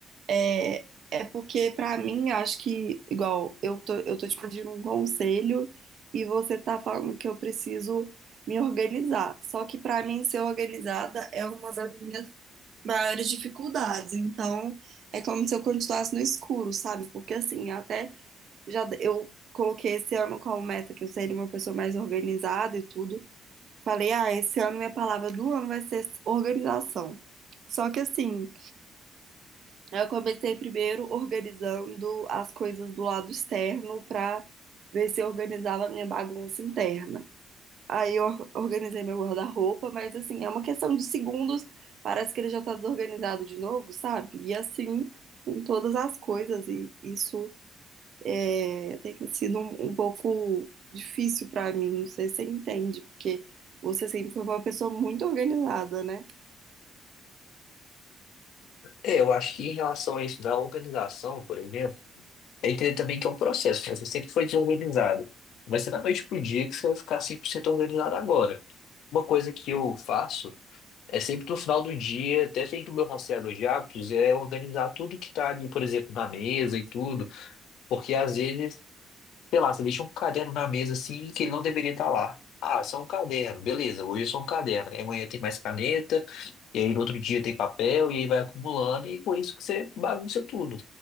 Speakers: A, on the right; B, on the left.
A: é, é porque para mim, acho que, igual, eu tô, eu tô te pedindo um conselho e você tá falando que eu preciso me organizar. Só que para mim, ser organizada é uma das minhas maiores dificuldades. Então, é como se eu continuasse no escuro, sabe? Porque assim, até já d- eu coloquei esse ano como meta que eu seria uma pessoa mais organizada e tudo. Falei, ah, esse ano minha palavra do ano vai ser organização. Só que assim, eu comecei primeiro organizando as coisas do lado externo pra ver se eu organizava a minha bagunça interna. Aí eu or- organizei meu guarda-roupa, mas assim, é uma questão de segundos, parece que ele já tá desorganizado de novo, sabe? E assim, com todas as coisas, e isso é, tem sido um, um pouco difícil pra mim, não sei se você entende, porque você sempre foi uma pessoa muito organizada, né?
B: É, eu acho que em relação a isso da organização, por exemplo, é entender também que é um processo, né? Você sempre foi desorganizado. Não Vai ser da noite pro dia que você vai ficar 100% organizado agora. Uma coisa que eu faço é sempre no final do dia, até dentro do meu rastreador de hábitos, é organizar tudo que tá ali, por exemplo, na mesa e tudo, porque às vezes, sei lá, você deixa um caderno na mesa assim que ele não deveria estar lá. Ah, só um caderno, beleza, hoje é só um caderno. Aí amanhã tem mais caneta, e aí no outro dia tem papel, e aí vai acumulando, e com isso que você bagunça tudo.